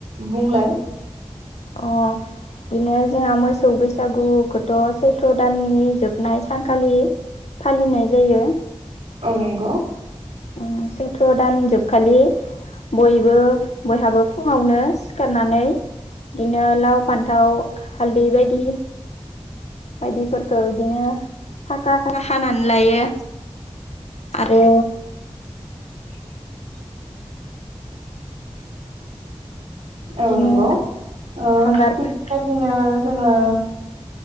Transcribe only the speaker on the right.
बुंलाय।
ओ नंगौ।
<inaudible>
औ नोंगौ ओ
थिक बेबायदिनो जोङो